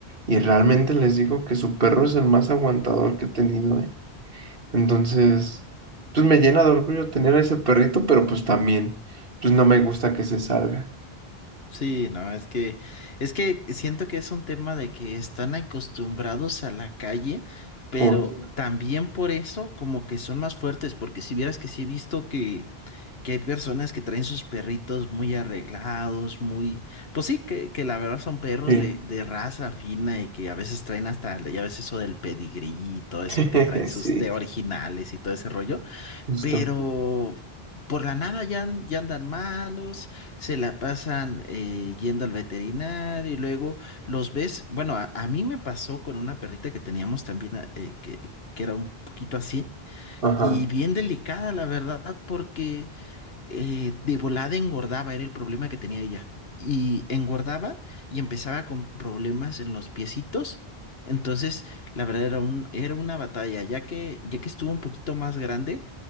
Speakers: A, on the right; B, on the left.
A: y realmente les digo que su perro es el más aguantador que he tenido, ¿eh? Entonces, pues me llena de orgullo tener a ese perrito, pero pues también, pues no me gusta que se salga.
B: Sí, no, es que, es que siento que es un tema de que están acostumbrados a la calle, pero
A: Oh,
B: también por eso como que son más fuertes, porque si vieras que sí he visto que, que hay personas que traen sus perritos muy arreglados, muy, pues sí, que, que la verdad son perros
A: sí,
B: de, de raza fina y que a veces traen hasta, ya ves eso del pedigrí y todo eso
A: <laughs>
B: que traen sus
A: sí,
B: de originales y todo ese rollo
A: justo.
B: pero por la nada ya, an- ya andan malos, se la pasan eh, yendo al veterinario y luego los ves. Bueno, a, a mí me pasó con una perrita que teníamos también, eh, que, que era un poquito así,
A: Ajá,
B: y bien delicada, la verdad, porque eh, de volada engordaba, era el problema que tenía ella. Y engordaba y empezaba con problemas en los piecitos. Entonces, la verdad era un, era una batalla, ya que, ya que estuvo un poquito más grande,